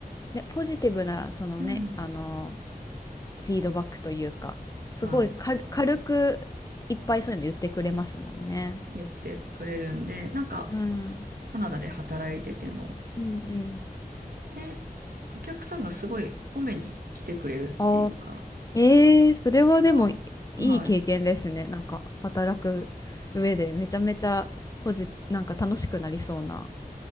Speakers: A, on the left; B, on the right.
A: ね、ポジティブな、そのね、
B: うん、
A: あの、フィードバックというか、すごい軽、
B: はい、
A: 軽くいっぱいそういうの言ってくれますもんね。
B: 言ってくれるんで、なんか
A: うん。
B: カナダで働いてても、
A: うんうん。
B: で、お客さんがすごい褒めに来てくれるっていうか、
A: あええそれはでもいい経験ですね。
B: それが、はい。
A: なんか働く上でめちゃめちゃポジ、なんか楽しくなりそうな。